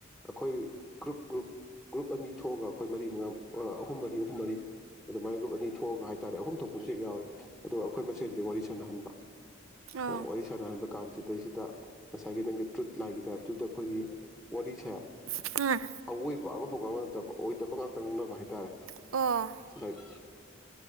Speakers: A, in the centre; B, on the right.
A: ꯑꯩꯈꯣꯏ ꯒ꯭ꯔꯨꯞ ꯒ꯭ꯔꯨꯞ ꯒ꯭ꯔꯨꯞ ꯑꯅꯤ ꯊꯣꯛꯑꯒ ꯑꯩꯈꯣꯏ ꯃꯔꯤ ꯃꯉꯥ ꯑꯍꯨꯝ ꯃꯔꯤ ꯑꯍꯨꯝ ꯃꯔꯤ ꯑꯗꯨꯃꯥꯏ ꯒ꯭ꯔꯨꯞ ꯑꯅꯤ ꯊꯣꯛꯑꯒ ꯍꯥꯏꯇꯥꯔꯦ ꯑꯍꯨꯝ ꯊꯣꯛꯄꯁꯨ ꯍꯦꯛ ꯌꯥꯎꯋꯦ ꯑꯗꯣ ꯑꯩꯈꯣꯏ ꯃꯁꯦꯟꯁꯦ ꯋꯥꯔꯤ ꯁꯥꯟꯅꯍꯟꯕ
B: ꯑꯣ
A: ꯑ,
B: ꯎꯝ ꯑꯣ ꯎꯝ
A: ꯋꯥꯔꯤ ꯁꯥꯟꯅꯍꯟꯕ ꯀꯥꯟꯁꯤꯗꯩꯁꯤꯗ ꯉꯁꯥꯏꯒꯤ ꯅꯪꯒꯤ ꯇ꯭ꯔꯨꯠ ꯂꯥꯏꯒꯤ ꯇꯥꯏꯞꯇꯨꯗ ꯑꯩꯈꯣꯏꯒꯤ ꯋꯥꯔꯤꯁꯦ
B: ꯀꯝꯄꯜꯁꯔꯤ ꯑꯣꯏꯕꯅꯦꯕꯀꯣ ꯑꯩꯈꯣꯏ ꯃꯐꯝ ꯑꯃꯇ ꯉꯥꯡꯅꯅꯕ ꯍꯥꯏꯇꯥꯔꯦ
A: ꯑꯋꯣꯏꯕ ꯑꯃꯐꯥꯎ ꯑꯣꯏꯗꯕ ꯉꯥꯛꯇ ꯉꯥꯡꯅꯕ ꯍꯥꯏꯇꯥꯔꯦ
B: ꯎꯝ
A: ꯂꯥꯏꯛ